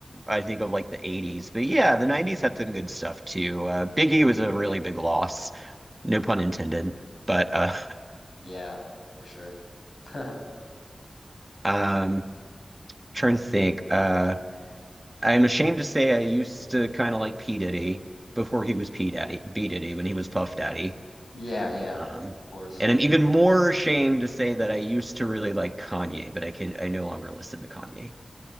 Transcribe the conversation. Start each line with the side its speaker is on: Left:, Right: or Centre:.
Right: I think of like the 80s. But yeah, the 90s had some good stuff too. Uh, Biggie was a really
Left: Yeah.
Right: big loss, no pun intended.
Left: Mhm.
Right: But uh,
Left: Yeah, for sure. <laughs>
Right: <laughs> um trying to think. Uh, I'm ashamed to say I used to kind of like P. Diddy before he was P. Daddy, B. Diddy when he was Puff Daddy.
Left: Yeah, yeah,
Right: Um,
Left: of course.
Right: and I'm even more ashamed to say that I used to really like Kanye, but I can I no longer listen to Kanye.